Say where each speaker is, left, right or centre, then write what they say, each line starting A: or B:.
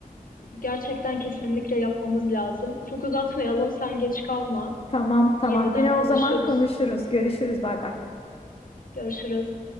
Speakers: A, on the left (about 70°); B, on the left (about 40°).
A: Gerçekten kesinlikle yapmamız lazım. Çok uzatmayalım, sen geç kalma.
B: Tamam tamam
A: Yeniden
B: yine
A: konuşuruz.
B: o zaman konuşuruz görüşürüz bay bay.
A: Görüşürüz.